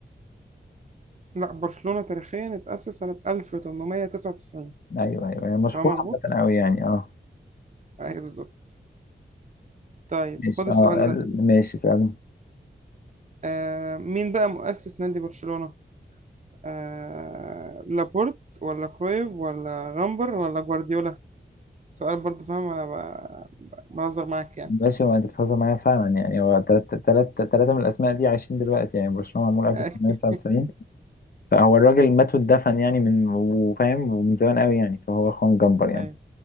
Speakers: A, on the right; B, on the left.
A: لا برشلونة تاريخيا اتأسس سنة 1899
B: ايوه ايوه هي مشهورة
A: كلام مظبوط
B: عامة قوي يعني اه
A: ايوه بالظبط طيب
B: ماشي
A: خد السؤال
B: اه ال-
A: ده
B: ماشي اسألني
A: آه مين بقى مؤسس نادي برشلونة آه لابورت ولا كرويف ولا غامبر ولا جوارديولا سؤال برضه فاهم انا ب- ب- بهزر معاك يعني
B: ماشي هو انت بتهزر معايا فعلا يعني هو تلات تلات تلاتة من الاسماء دي عايشين دلوقتي يعني برشلونة معمول 1899
A: <laughs> ايوه
B: فهو الراجل مات واتدفن يعني من وفاهم ومن زمان قوي يعني فهو خوان جمبر يعني
A: أيوة،